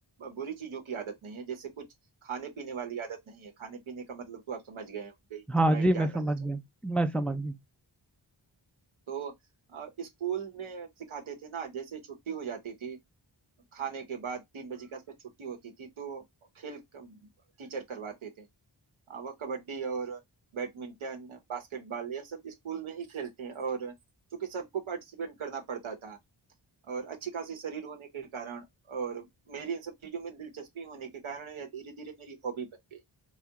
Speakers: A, on the right (about 80°); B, in the centre.
A: बुरी चीजों की आदत नहीं है जैसे कुछ खाने पीने वाली आदत नहीं है खाने पीने का मतलब तो आप समझ गए होंगे
B: हाँ
A: मैं
B: जी
A: क्या
B: मैं समझ
A: कहना चाहता
B: गया मैं समझ गया
A: हूं। तो अ, स्कूल में सिखाते थे ना जैसे छुट्टी हो जाती थी खाने के बाद तीन बजे के आसपास छुट्टी होती थी तो खेल क- टीचर करवाते थे आ, वह कबड्डी और बैडमिंटन बास्केटबॉल यह सब स्कूल में ही खेलते हैं और चूंकि सबको पार्टिसिपेट करना पड़ता था और अच्छी खासी शरीर होने के कारण और मेरी इन सब चीजों में दिलचस्पी होने के कारण यह धीरे धीरे मेरी हॉबी बन गई